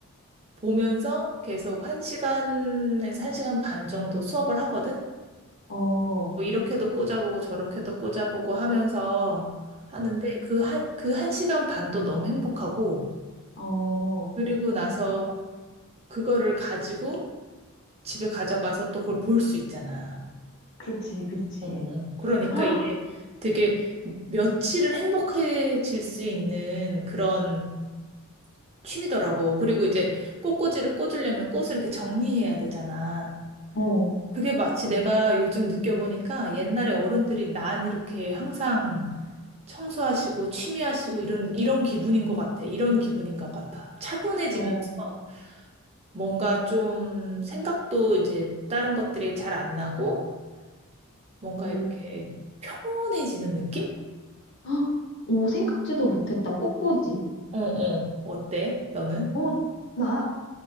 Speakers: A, on the right (about 25°); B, on the left (about 50°).
A: 보면서 계속 한시간에서한시간반 정도 수업을 하거든?
B: 어, 어,
A: 또 이렇게도 꽂아보고 저렇게도 꽂아보고 하면서 하는데 그 한, 그 한시간 반도 너무 행복하고,
B: 어,
A: 그리고 나서 그거를 가지고 집에 가져가서 또 그걸 볼 수 있잖아.
B: 그렇지, 그렇지.
A: 어, 어. 그러니까
B: <gasps>
A: 이게
B: 헉,
A: 되게 며칠을 행복해질 수 있는 그런 취미더라고. 그리고 이제 꽃꽂이를 꽂으려면 꽃을 이렇게 정리해야 되잖아.
B: 어,
A: 그게 마치 내가 요즘 느껴보니까 옛날에 어른들이 난 이렇게 항상 청소하시고 취미하시고 이런, 이런 기분인 것 같아. 이런 기분인 것 같아. 차분해지면서
B: 어,
A: 뭔가 좀 생각도 이제 다른 것들이 잘 안 나고 뭔가
B: <gasps> 음,
A: 이렇게 평온해지는 느낌?
B: 헉, 오, 생각지도 못했다. 꽃꽂이.
A: 어, 어. 어때? 너는?
B: 어, 나,